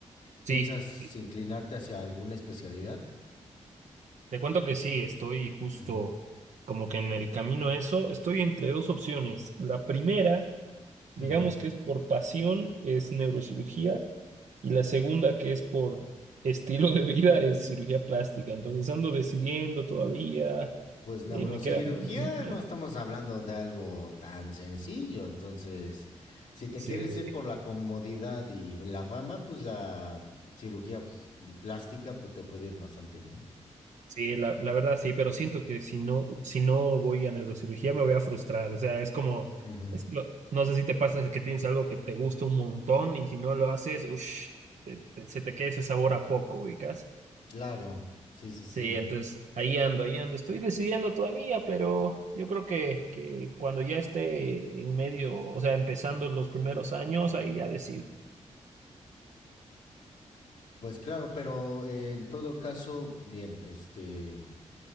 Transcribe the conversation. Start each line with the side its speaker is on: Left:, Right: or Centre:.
Right: Sí,
Left: ¿Piensas
Right: sí.
Left: inclinarte hacia alguna especialidad?
Right: Te cuento que sí, estoy justo
Left: Ujú,
Right: como que en el camino a eso. Estoy entre dos opciones. La primera, digamos
Left: ujú.
Right: que es por pasión, es neurocirugía. Y la segunda, que es por estilo de vida, es cirugía plástica. Entonces ando decidiendo todavía.
Left: pues neurocirugía
Right: eh, me queda como... un-
Left: no estamos hablando de algo tan sencillo, entonces si te
Right: Sí,
Left: quieres ir por la comodidad y la fama, pues la cirugía plástica pues te puede ir bastante bien.
Right: Sí, la, la verdad sí, pero siento que si no, si no voy a neurocirugía me voy a frustrar. O sea, es como,
Left: Ujú.
Right: es lo- no sé si te pasa que tienes algo que te gusta un montón y si no lo haces, ush, te- te- se te queda ese sabor a poco, ubicas.
Left: Claro, sí, sí, sí.
Right: Sí, entonces ahí ando, ahí ando. Estoy decidiendo todavía, pero yo creo que, que cuando ya esté en medio, o sea, empezando los primeros años, ahí ya decido.
Left: Pues claro, pero eh, en todo caso, bien, este,